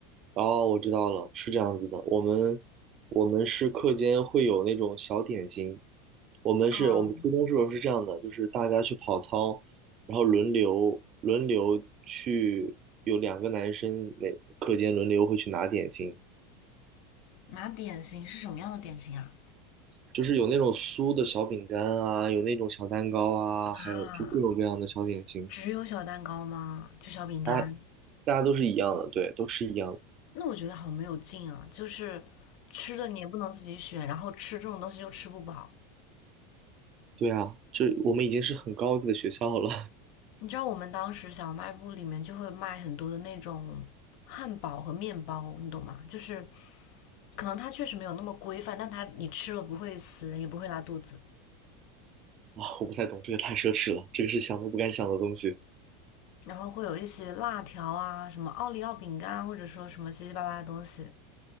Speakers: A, on the right (about 40°); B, on the left (about 60°).
A: 哦，我知道了，是这样子的。我们我们是课间会有那种小点心。我们是我们初中时候是这样的，
B: 啊，
A: 就是大家去跑操，然后轮流轮流去，有两个男生每课间轮流会去拿点心，
B: 拿点心是什么样的点心啊？
A: 就是有那种酥的小饼干啊，有那种小蛋糕啊，
B: 啊，
A: 还有就各种各样的小点心。
B: 只有小蛋糕吗？就小饼干？
A: 大家大家都是一样的，对，都是一样的。
B: 那我觉得好没有劲啊！就是吃的你也不能自己选，然后吃这种东西又吃不饱。
A: 对啊，这我们已经是很高级的学校了。
B: 你知道我们当时小卖部里面就会卖很多的那种汉堡和面包，你懂吗？就是可能它确实没有那么规范，但它你吃了不会死人，也不会拉肚子。
A: 啊，我不太懂，这个太奢侈了，这个是想都不敢想的东西
B: 然后会有一些辣条啊，什么奥利奥饼干啊，或者说什么七七八八的东西。